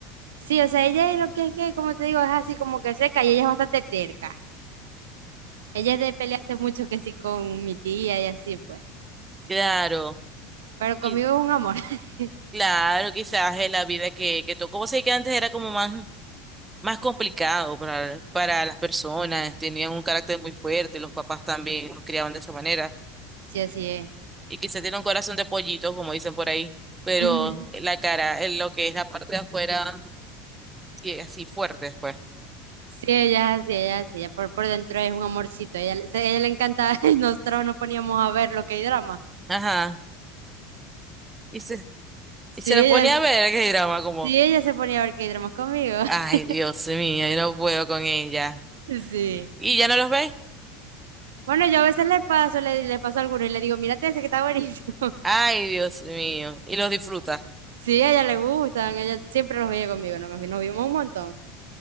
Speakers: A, on the right (about 70°); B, on the right (about 15°).
A: sí, o sea, ella es lo que es que, como te digo, es así como que seca y ella es bastante terca. Ella es de pelearse mucho que sí con mi tía y así, pues.
B: Claro,
A: Pero conmigo
B: qui-
A: es un amor. <laughs>
B: claro, quizás es la vida que, que tocó. Vos sabés que antes era como más, más complicado para, para las personas, tenían un carácter muy fuerte, los papás también los criaban de esa manera.
A: Sí, así es.
B: Y quizás tiene un corazón de pollito, como dicen por ahí, pero
A: Ujú.
B: la cara, eh, lo que es la parte de afuera, sí, así fuerte después.
A: Sí, ella es así, ella es así, ella por, por dentro es un amorcito. Ella, le- se- ella le encanta, <laughs> nosotros nos poníamos a ver lo que hay drama.
B: Ajá. Y se,
A: Sí,
B: y se la
A: ella,
B: ponía a ver el K-drama como,
A: sí, ella se ponía a ver que hay drama conmigo.
B: ay,
A: <laughs>
B: Dios mío, yo no puedo con ella.
A: Sí.
B: ¿Y ya no los veis?
A: Bueno, yo a veces le paso, le, le paso alguno y le digo, mírate ese que está buenísimo. <laughs>
B: Ay, Dios mío. Y los disfruta.
A: Sí, a ella le gustan, ella siempre los veía conmigo, nos, nos vimos un montón.